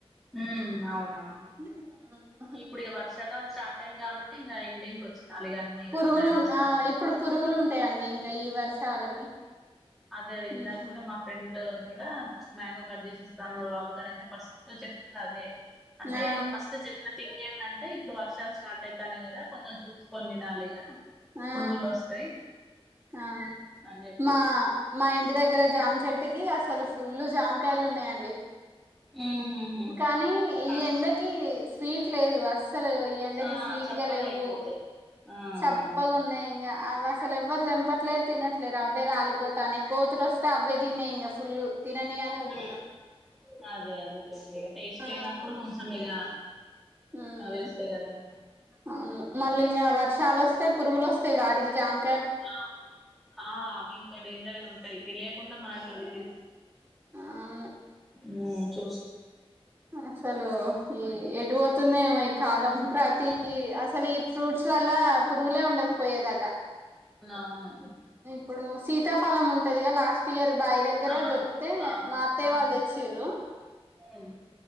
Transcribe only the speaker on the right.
ఆ
పురుగులు
ఉన్- ఆ
ఇప్పుడు పురుగులు ఉంటాయండి ఇంకా ఈ వర్షాలకి
హ్మ్
ఆ
ఆ
అవును
మా మా ఇంటి దగ్గర జామ్ చెట్టికీ అసలు ఫుల్ జామకాయలు ఉన్నాయండి
కానీ ఈ
ఎండకి స్వీట్ లేదు అస్ అసలు ఈ ఎండకి
స్వీట్
గా లేవు
చప్పగా
ఉన్నాయి ఇంకా ఆ అసలు ఎవ్వరు దంపట్లేరు తినట్లేరు అవ్వే రాలిపోతానే కోతులు వస్తే అవ్వే తిన్నాయి ఇంకా ఫుల్ తిననియనే
ఊకున్నాం
ఆ
మ్మ్
అవును మళ్ళీ ఇంకా వర్షాలు వస్తాయి పురుగులు వస్తాయి వాటికి జాము
అవును
అసలు ఈ ఎటు పోతుందేమో ఈ కాలం ప్రతి ఈ అసలు ఈ ఫ్రూట్స్లల్లా పురుగులే ఉండకపోయేదట
ఇప్పుడు సీతాఫలం ఉంటదిగా లాస్ట్ ఇయర్ బావి దగ్గర
దొరికితే
మా అత్తయ్య
వాళ్ళు తెచ్చారు